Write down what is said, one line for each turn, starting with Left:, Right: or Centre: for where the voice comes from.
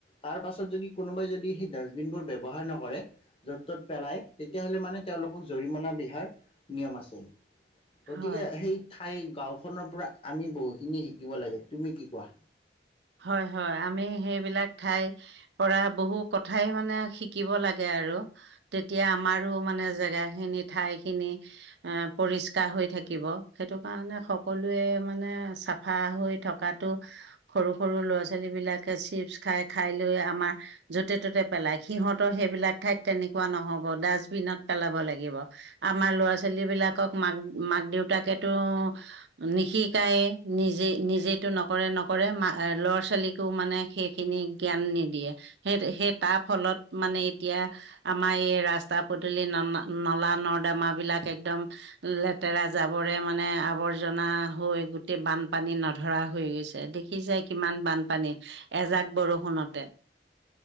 Left: তাৰ পাছত যদি কোনোবাই যদি সেই ডাষ্টবিনবোৰ ব্যৱহাৰ নকৰে য'ত ত'ত পেলাই। তেতিয়া হ'লে মানে তেওঁলোকক জৰিমনা বিহাৰ নিয়ম আছে। গতিকে
Right: হয়।
Left: সেই ঠাই গাঁওখনৰ পৰা আমি বহুখিনি শিকিব লাগে। তুমি কি কোৱা?
Right: হয় হয়। আমি সেইবিলাক ঠাই পৰা বহু কথাই মানে শিকিব লাগে আৰু। তেতিয়া আমাৰো মানে জেগাখিনি, ঠাইখিনি। আ পৰিষ্কাৰ হৈ থাকিব। সেইটো কাৰণে সকলে মানে চাফা হৈ থকাত টো সৰু সৰু ল'ৰা-ছোৱালীবিলাকে চিপছ্ খাই খাই লৈ আমাৰ য'তে-ত'তে পেলাই। সিহঁতৰ সেইবিলাক ঠাইত তেনেকুৱা নহ'ব। ডাষ্টবিনত পেলাব লাগিব। আমাৰ ল'ৰা-ছোৱালীবিলাকক মাক-মাক-দেউতাকতো নিশিকায় নিজে নিজেইটো নকৰে নক কৰে ল'ৰা ছোৱালীকো মানে সেইখিনি জ্ঞান নিদিয়ে। সেই সেই তাৰ ফলত মানে এতিয়া আমাৰ এই ৰাস্তা পদূলি ন নলা নৰ্দাম বিলাক একদম লেতেৰা জাবৰে মানে আৱৰ্জনা হৈ গোটেই বানপানী নধৰা হৈ গৈছে দেখি যাই কিমান বানপানী এজাক বৰষুণতে।